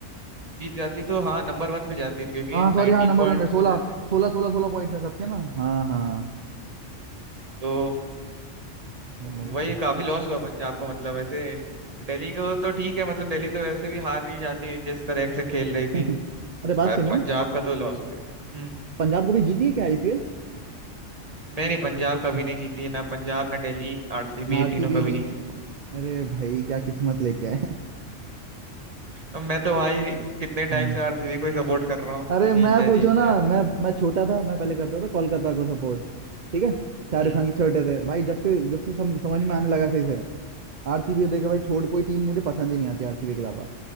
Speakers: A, on the right (about 30°); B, on the right (about 45°).
A: जीत जाती तो हाँ नंबर वन पे जाती क्योंकि
B: हाँ सॉरी
A: नाइनटीन
B: हाँ नंबर
A: पॉइंट्स
B: वन सोलह
A: हो जाते हैं
B: सोलह सोलह सोलह पॉइंट है सबके ना हाँ हाँ
A: तो उम,
B: भाई
A: वही काफी लॉस हुआ पंजाब को मतलब वैसे दिल्ली को तो ठीक है मतलब दिल्ली तो वैसे भी हार नहीं जाती है जिस तरह से खेल रही थी
B: <laughs> अरे बात
A: पर
B: सुनो
A: पंजाब का तो लॉस हो गया हम्म
B: पंजाब कभी जीती है क्या आईपीएल
A: मैं नहीं पंजाब कभी नहीं जीती ना पंजाब ना दिल्ली आरसीबी
B: ना
A: ये
B: आरसीबी
A: तीनों कभी
B: नहीं
A: नहीं जीती
B: अरे भाई क्या किस्मत लेके आए
A: अब मैं तो भाई कितने टाइम
B: <laughs>
A: से आरसीबी को ही सपोर्ट कर रहा हूँ
B: अरे
A: कि जीत
B: मैं
A: जाए
B: पूछो
A: जीत
B: ना
A: जाए
B: मैं मैं छोटा था मैं पहले करता था कोलकाता को सपोर्ट ठीक है शाहरुख
A: हम्म
B: खान के छोटे थे भाई जब से जब से सम, समझ में आने लगा सही से आरसीबी देखा भाई छोड़ कोई टीम मुझे पसंद ही नहीं आती आरसीबी के अलावा